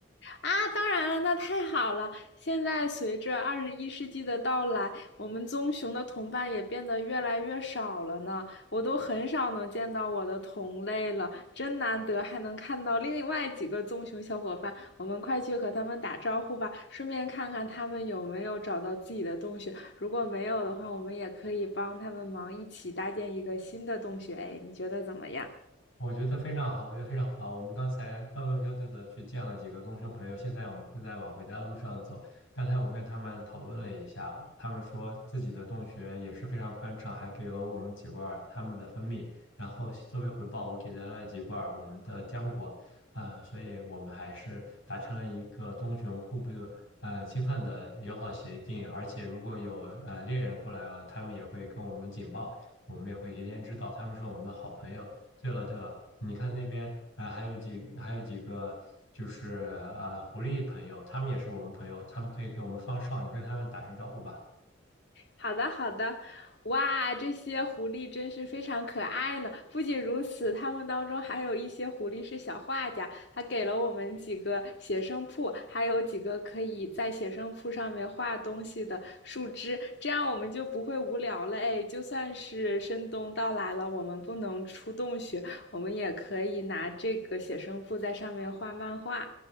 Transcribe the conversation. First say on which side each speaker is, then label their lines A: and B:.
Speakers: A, on the left (about 65°); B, on the left (about 85°).
A: 啊，当然了，那太好了。现在随着二十一世纪的到来，我们棕熊的同伴也变得越来越少了呢。我都很少能见到我的同类了，真难得还能看到另外几个棕熊小伙伴。我们快去和他们打招呼吧，顺便看看他们有没有找到自己的洞穴。如果没有的话，我们也可以帮他们忙，一起搭建一个新的洞穴。哎，你觉得怎么样？
B: 我觉得非常好，我觉得非常好。我们刚才蹦蹦跳跳的去见了几个棕熊朋友，现在我们正在往回家的路上走。刚才我跟他们讨论了一下，他们说自己的洞穴也是非常宽敞，还给了我们几罐儿他们的蜂蜜。然后作为回报，我给他了几罐儿我们的浆果。呃，所以我们还是达成了一个棕熊互不呃侵犯的友好协定。而且如果有呃猎人过来了，他们也会跟我们警报。我们也会提前知道，他们是我们的好朋友。对了对了，你看那边呃还有几还有几个就是呃狐狸朋友，他们也是我们朋友，他们可以给我们放哨，你跟他们打声招呼吧。
A: 好的，好的。哇，这些狐狸真是非常可爱呢！不仅如此，它们当中还有一些狐狸是小画家，他给了我们几个写生铺，还有几个可以在写生铺上面画东西的树枝，这样我们就不会无聊了。哎，就算是深冬到来了，我们不能出洞穴，我们也可以拿这个写生铺在上面画漫画。